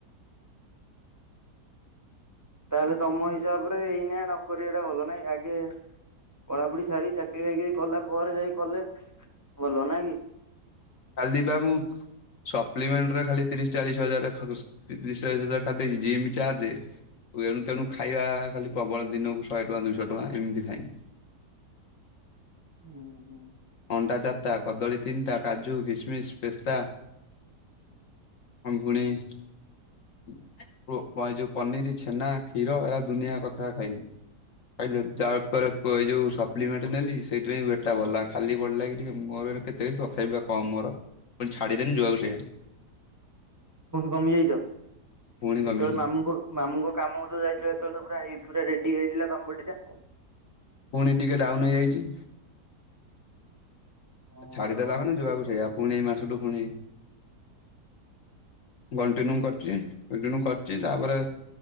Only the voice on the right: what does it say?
ତାହେଲେ ତମ ହିସାବରେ ଏଇନା ନକରିବାଟା ଭଲ ନାଁଇକି ଆଗେ ପଢାପଢି ସାରି ଚାକିରି ବାକିରି କଲା ପରେ ଯାଇ କଲେ ଭଲ ନା କି।
ହୁଁ ହୁଁ।
କୁହନ୍ତୁ କମିଯାଇଛ।
ଯେତେବେଳେ
ମାମୁଁଙ୍କ ମାମୁଁଙ୍କ କାମକୁ ଯାଇଥିଲି ସେତେବେଳେ ତ ପୁରାଇ ପୁରା ରେଡି ଟି ହେଇଥିଲା ତୋମ ବଡିଟା।
ହଁ